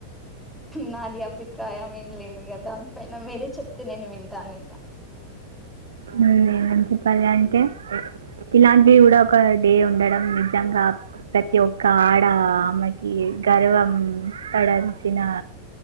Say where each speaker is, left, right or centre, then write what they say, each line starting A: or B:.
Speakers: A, in the centre; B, on the right (about 65°).
A: నా ఇగ అభిప్రాయం ఎమ్ లేదు కదా పైన మీరే చెప్తే నేను వింటాను ఇగ
B: నేను ఏమని చెప్పాలి అంటే ఇలాంటివి కూడా ఒక డే ఉండడం నిజంగా ప్రతి ఒక్క ఆడ ఆమెకి గర్వం పడాల్సిన